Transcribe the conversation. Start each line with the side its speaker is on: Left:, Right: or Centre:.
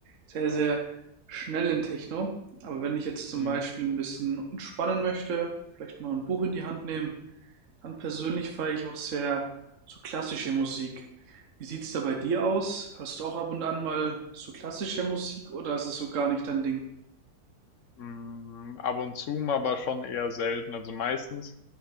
Right: sehr, sehr schnellen Techno. Aber wenn ich jetzt zum
Left: Mhm.
Right: Beispiel ein bisschen entspannen möchte, vielleicht mal ein Buch in die Hand nehmen, dann persönlich feiere ich auch sehr so klassische Musik. Wie sieht's da bei dir aus? Hörst du auch ab und an mal so klassische Musik oder ist es so gar nicht dein Ding?
Left: Hm, ab und zu mal, aber schon eher selten. Also meistens